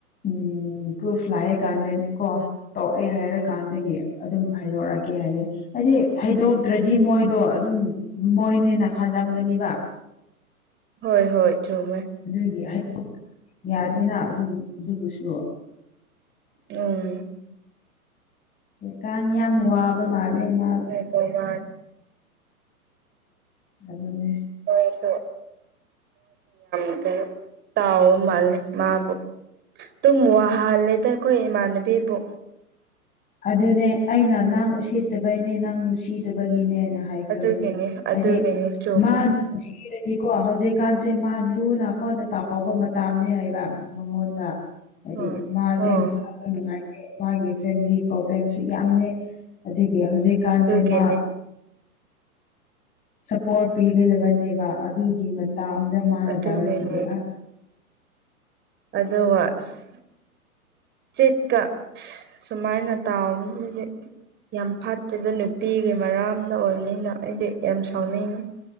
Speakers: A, on the left; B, on the right.
A: ꯎꯝ ꯄ꯭ꯔꯨꯐ ꯂꯥꯛꯑꯦ ꯀꯥꯟꯗꯀꯣ ꯇꯧ ꯑꯩ ꯍꯥꯏꯔꯀꯥꯟꯗꯒꯤ ꯑꯗꯨꯝ ꯍꯥꯏꯗꯣꯔꯛꯑꯒꯦ ꯍꯥꯏꯌꯦ ꯍꯥꯏꯗꯤ ꯍꯩꯗꯣꯛꯇ꯭ꯔꯗꯤ ꯃꯣꯏꯗꯣ ꯑꯗꯨꯝ ꯃꯣꯏꯅꯦ ꯅꯥ ꯈꯜꯂꯝꯒꯅꯤꯕ
B: ꯍꯣꯏ ꯍꯣꯏ ꯆꯨꯝꯃꯦ
A: ꯑꯗꯨꯒꯤ <unintelligible> ꯌꯥꯗꯦꯅ ꯑꯗꯨꯕꯨꯁꯨ
B: ꯎꯝ ꯏꯖ
A: ꯀꯥꯟ ꯌꯥꯝ ꯋꯥꯕ ꯃꯥꯜꯂꯦ ꯃꯥꯖꯨ
B: <unintelligible>
A: ꯑꯗꯨꯅꯦ
B: <unintelligible> <unintelligible> ꯇꯥꯎꯕ ꯃꯥꯂꯦ ꯃꯥꯕꯨ ꯇꯨꯝ ꯋꯥꯍꯜꯂꯦꯗ ꯑꯩꯈꯣꯏ ꯏꯃꯥꯟꯅꯕꯤꯕꯨ
A: ꯑꯗꯨꯅꯦ ꯑꯩꯅ ꯅꯪ ꯎꯁꯤꯠꯇꯕꯩꯅꯦ ꯅꯪ ꯅꯨꯡꯁꯤꯗꯕꯒꯤꯅꯦ ꯍꯥꯏꯈ꯭ꯔꯕꯅꯦ
B: ꯑꯗꯨꯒꯤꯅꯤ
A: ꯍꯥꯏꯗꯤ
B: ꯑꯗꯨꯒꯤꯅꯤ ꯆꯨꯝꯃꯦ
A: ꯃꯥ ꯅꯨꯡꯁꯤꯔꯗꯤꯀꯣ ꯍꯧꯖꯤꯛꯀꯥꯟꯁꯦ ꯃꯥ ꯂꯨꯅ <unintelligible> ꯇꯥꯎꯕ ꯃꯇꯝꯅꯦ ꯍꯥꯏꯕ ꯃꯉꯣꯟꯗ ꯍꯥꯏꯗꯤ
B: ꯑꯣ
A: ꯃꯥꯁꯦ
B: ꯑꯣ
A: ꯃꯁꯥꯘꯨ ꯅꯨꯡꯉꯥꯏꯇꯦ ꯃꯥꯒꯤ ꯐꯦꯃꯤꯂꯤ ꯄ꯭ꯔꯣꯕ꯭ꯂꯦꯝꯁꯨ ꯌꯥꯝꯃꯦ ꯑꯗꯒꯤ ꯍꯧꯖꯤꯛꯀꯥꯟꯁꯦ
B: ꯑꯗꯨꯒꯤꯅꯤ
A: ꯃꯥ ꯁꯄꯣꯔꯠ ꯄꯤꯒꯗꯕꯅꯦꯕ ꯑꯗꯨꯒꯤ ꯃꯇꯥꯝꯗ ꯃꯥꯅ
B: ꯑꯗꯨꯒꯤꯅꯤ
A: ꯇꯧꯔꯤꯁꯤꯗꯤ ꯑꯁ
B: ꯑꯗꯨꯒ ꯑꯁ ꯆꯦꯠꯀ ꯁꯨꯃꯥꯏꯅ ꯇꯕꯁꯤꯗꯤ ꯌꯥꯝ ꯐꯠꯇꯦꯗ ꯅꯨꯄꯤꯒꯤ ꯃꯔꯝꯗ ꯑꯣꯏꯕꯅꯤꯅ ꯑꯩꯘꯤ ꯌꯥꯝ ꯁꯥꯎꯅꯤꯡꯉꯤ